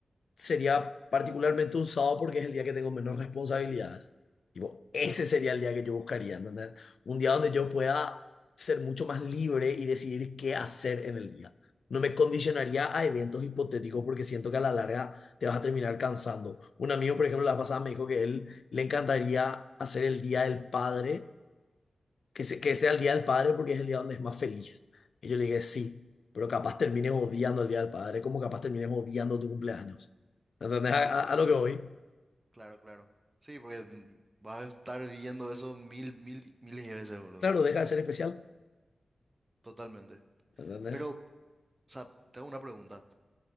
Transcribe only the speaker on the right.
Claro,
ya,
claro,
claro, claro. Sí, porque mm, vas a estar viendo eso mil, mil, miles de veces, boludo.
Totalmente.
Pero O sea, te hago una pregunta.